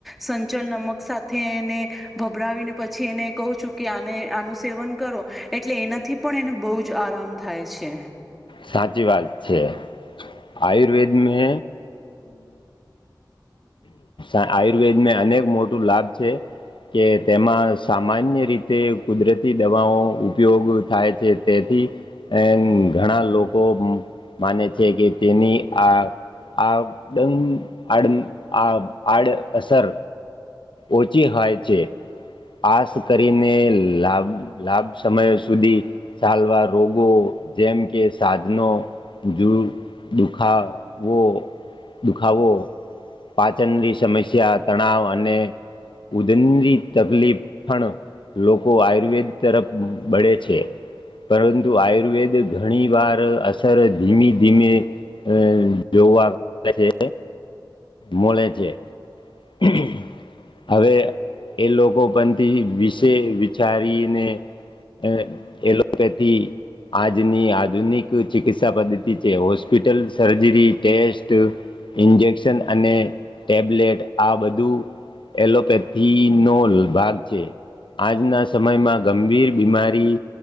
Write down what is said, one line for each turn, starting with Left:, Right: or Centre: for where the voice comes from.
Centre: સંચલ નમક સાથે એને ભભરાવીને પછી એને કહ છું કે, આને આનું સેવન કરો એટલે એનાથી પણ એને બહુ જ જ આરામ થાય છે.
Left: સાચી વાત છે. આયુર્વેદ ને આયુર્વેદને અનેક મોટું લાભ છે. કે તેમાં સામાન્ય રીતે કુદરતી દવાઓ ઉપયોગ થાય છે. તેથી એન ઘણા લોકો માને છે કે, તેની આ આ ડંગ આડમ હાડ અસર ઓછી હાય છે. આસ કરીને લાભ, લાભ સમય સુધી. ચાલવા રોગો. જેમ કે, સાધનો. જુગ દુખા વો, દુખાવાવો. પાચનની સમસ્યા, તણાવ અને ઉદનની તકલીફ પણ લોકો આયુર્વેદ તરફ બળે છે. પરંતુ આયુર્વેદ ઘણી વાર અસર ધીમી-ધીમે અ જોવા મળ છે. મળે છે. <unintelligible> હવે એ લોકો પણથી, વિશે વિચારીને અલે એલોપેથી આજની આધુનિક ચિકિત્સા પદ્ધતિ છે. હોસ્પિટલ, સર્જરી, ટેસ્ટ ઇન્જેક્શન અને ટેબ્લેટ આ બધું. એલોપેથીનો ભાગ છે. આજના સમયમાં ગંભીર બીમારી